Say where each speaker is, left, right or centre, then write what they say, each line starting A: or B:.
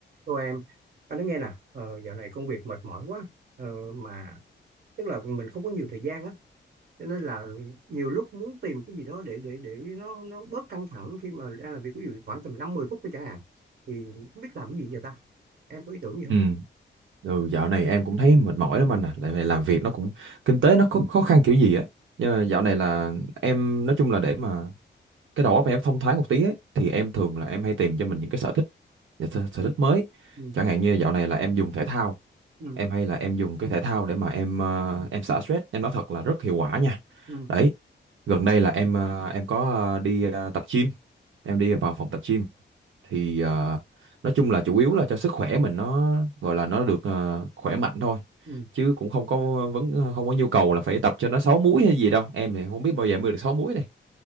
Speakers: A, on the right; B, on the right.
A: Cô em, anh nói nghe nè, ờ, dạo này công việc mệt mỏi quá, ờ, mà tức là mình không có nhiều thời gian á, cho nên là nhiều lúc muốn tìm cái gì đó để để để nó nó bớt căng thẳng khi mà đang làm việc ví dụ khoảng tầm năm mười phút thôi chẳng hạn, thì không biết làm cái gì giờ ta? Em có ý tưởng gì không?
B: Ừ. Ừ, dạo này em cũng thấy mệt mỏi lắm anh à, tại vì làm việc nó cũng kinh tế nó khó, khó khăn kiểu gì á. Nhưng mà dạo này là em nói chung là để mà cái đầu óc em thông thoáng một tí ấy, thì em thường là em hay tìm cho mình những cái sở thích sở, sở thích mới.
A: Ừ,
B: Chẳng hạn như dạo này là em dùng thể thao
A: ừ,
B: em hay là em dùng cái thể thao để mà em ờ, em xả stress em nói thật là rất hiệu quả nha
A: ừ,
B: đấy gần đây là em ờ, em có ờ, đi ờ, tập gym em đi vào phòng tập gym thì ờ, nói chung là chủ yếu là cho sức khỏe mình nó gọi là nó được ờ, khỏe mạnh thôi
A: ừ.
B: chứ cũng không có vấn ờ, không có nhu cầu là phải tập cho nó sáu múi hay gì đâu em thì không biết bao giờ em mới được sáu múi này